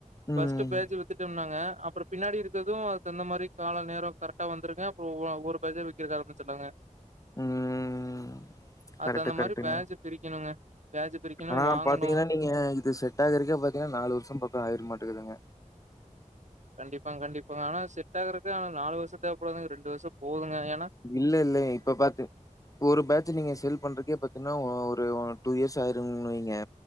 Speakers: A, on the left; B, on the right.
A: ம்.
B: ஃபஸ்ட்டு பேஜு வித்து ட்டம்னாங்க அப்பற பின்னாடி இருக்கது அதுக்கு தகுந்த மாரி கால நேர கரெக்டா வந்துருங்க அப்றோ ஒவொன்னா ஒவ்வொரு பேஜா விக்கறக்கு ஆரம்மிச்சுற்லாங்க
A: ம்.
B: அதுக்கு
A: கரெக்ட்,
B: தகுந்த
A: கரெக்ட்ங்க.
B: மாரி பேஜு பிரிக்கணுங்க பேஜு பிரிக்கணு
A: ஆனா
B: வாங்கணு
A: பார்த்தீங்கன்னா, நீங்க இது செட் ஆகுறக்கே பாத்தீங்கனா நாலு வர்ஷ பக்க ஆயிரு மாட்டுக்குதுங்க
B: கண்டிப்பாங் கண்டிப்பாங்க ஆனா செட்டாகுறக்கே ஆனா நாலு வர்ஷ தேவப்படாதுங்க ரெண்டு வர்ஷ போதுங்க ஏனா
A: இல்ல இல்லைங்க இப்ப பாத்து ஒரு பேட்ச்சு நீங்க சேல் பண்றக்கே பாத்தீங்னா ஒ ஒரு ஒ டூ இயர்ஸ் ஆயிரும்னு வைங்க